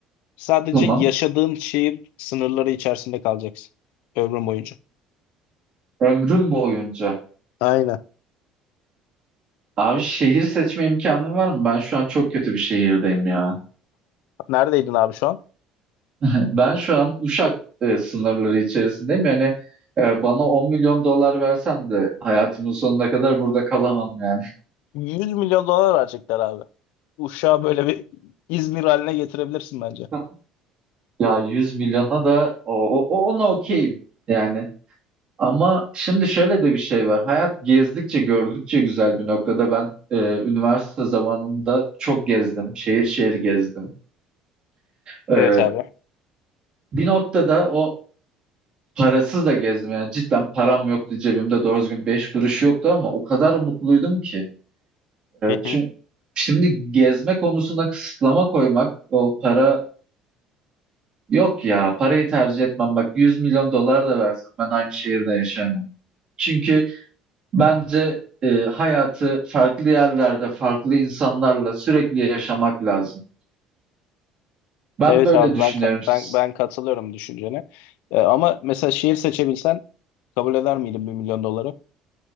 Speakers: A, on the left; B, on the right.
A: Sadece
B: Tamam.
A: yaşadığın şehir sınırları içerisinde kalacaksın. Ömrün boyunca.
B: Ömrüm boyunca
A: Aynen.
B: Abi şehir seçme imkanım var mı? Ben şu an çok kötü bir şehirdeyim ya.
A: Neredeydin abi şu an?
B: <laughs> Ben şu an Uşak e, sınırları içerisindeyim. Yani e, bana 10 milyon dolar versen de hayatımın sonuna kadar burada kalamam yani.
A: Yüz milyon dolar verecekler abi. Uşağı böyle bir İzmir haline getirebilirsin bence.
B: <laughs> Ya 100 milyona da o, o- o- ona okeyim yani. Ama şimdi şöyle de bir şey var. Hayat gezdikçe gördükçe güzel bir noktada. Ben e, üniversite zamanında çok gezdim. Şehir şehir gezdim. E,
A: Evet abi.
B: bir noktada o Parasız da gezdim yani cidden param yoktu cebimde doğru düzgün 5 kuruş yoktu ama o kadar mutluydum ki.
A: Hı
B: çünkü
A: hı.
B: şimdi gezme konusuna kısıtlama koymak o para yok ya parayı tercih etmem bak 100 milyon dolar da versin ben aynı şehirde yaşayamam. Çünkü bence e, hayatı farklı yerlerde farklı insanlarla sürekli yaşamak lazım. Ben
A: Evet
B: böyle
A: abi
B: düşünüyorum.
A: ben ka-
B: S-
A: ben ben katılıyorum düşüncene. Ee, ama mesela şehir seçebilsen kabul eder miydin bir milyon doları?